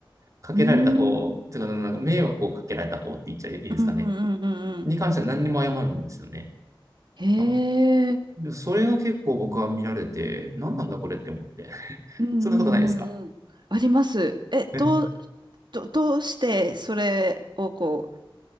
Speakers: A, on the right (about 35°); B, on the right (about 55°).
A: かけられた方、
B: うーん。
A: つうか、なんか迷惑をかけられた方って言っちゃいいですかね。
B: うんうんうんうんうん。
A: に関しては何にも謝るんですよね。
B: へ
A: あ
B: え。
A: でそれが結構僕は見られて、何なんだこれって思って。<laughs>
B: うんうんうんうん。
A: そんなことないですか
B: あります。え、
A: <laughs> うん
B: どう、ど、どうしてそれをこ